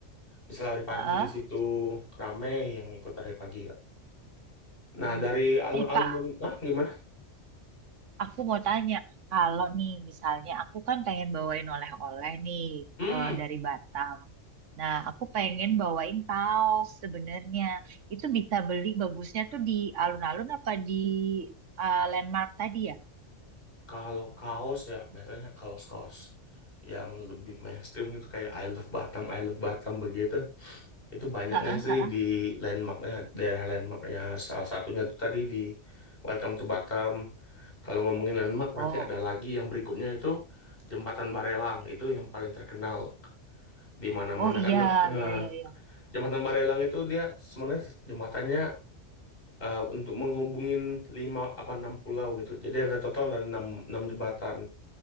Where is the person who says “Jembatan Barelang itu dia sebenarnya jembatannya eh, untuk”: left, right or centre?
Left